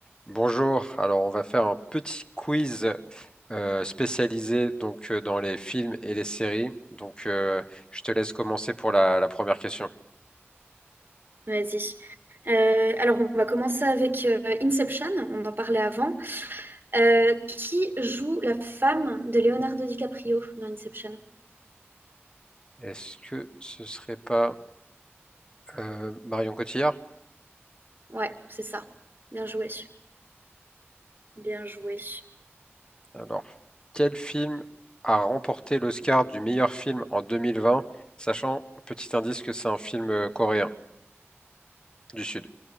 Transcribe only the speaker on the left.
Bonjour, alors on va faire un petit quiz euh, spécialisé donc euh, dans les films et les séries. Donc euh, je te laisse commencer pour la, la première question.
Est-ce que ce serait pas euh, Marion Cotillard?
Alors, quel film a remporté l'Oscar du meilleur film en 2020, sachant, petit indice, que c'est un film euh, coréen du Sud.